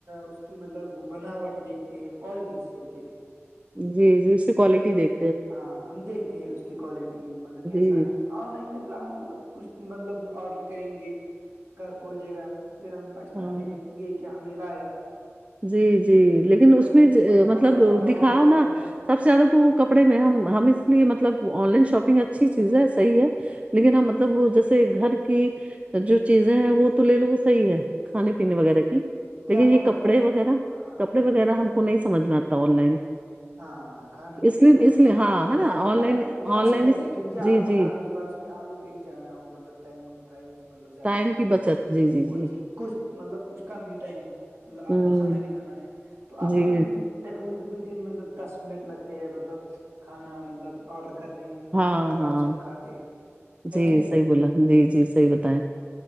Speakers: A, on the right (about 60°); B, on the right (about 25°).
A: اس کہ مطلب وہ بناوٹ دیکھتے ہیں کوالٹی جسے ہم کہتے ہیں
B: جی جی اس کی کوالٹی دیکھ
A: ہاں ہم دیکھتے ہیں اس کی کوالٹی مطلب کیسا
B: جی
A: ہے آن لائن میں تو ہم مطلب کچھ مطلب آرڈر کریں گے گھر پہنچے گا پھر ہم پچھتاتے
B: ہاں
A: ہیں کہ یہ کیا ہم نے لایا
B: جی جی لیکن
A: کبھی
B: اس میں مطلب
A: کپڑا پھٹا
B: دکھاؤ
A: ہوا نکلتا
B: نا
A: ہے
B: سب سے زیادہ تو وہ کپڑے میں ہم ہم اس لیے مطلب آن لائن شاپنگ اچھی چیز ہے صحیح ہے لیکن ہاں مطلب وہ جیسے گھر کی جو چیزیں ہیں وہ تو لے لو صحیح ہے کھانے پینے وغیرہ کی
A: کیا
B: لیکن
A: آپ
B: یہ
A: کو لگتا
B: ک وغیرہ
A: ہے ہاں
B: کپڑے وغیرہ ہم کو نہیں سمجھ میں آتا آن لائن
A: ہاں کھانا
B: اس
A: پیا
B: لیے
A: جو مطلب
B: اس لیے
A: ہم
B: ہاں
A: آرڈر
B: ہے
A: کرتے
B: آن
A: ہیں نا
B: لائن
A: وہ اچھی
B: آن لائن
A: بات
B: اس-
A: ہے کیونکہ آپ
B: جی جی
A: آپ نے یہ بات اس نے آپ کو کہیں جانا ہو مطلب ٹائم ٹائم مطلب زیادہ
B: ٹائم
A: نہ
B: کی
A: ہو
B: بچت
A: مطلب
B: جی جی جی
A: کچھ کچھ مطلب کچھ کم ہی ٹائم ہو مطلب آپ
B: ہوں
A: کو کھانا بھی کھانا ہے تو آپ
B: جی
A: مطلب ودن مطلب دس منٹ لگتے ہیں مطلب کھانا مطلب آرڈر کر کرنے میں
B: ہاں
A: اور آرام
B: ہاں
A: سے ہم کھاتے ہیں ہے
B: جی
A: کہ نہیں
B: صحیح بولا جی جی صحیح بتائیں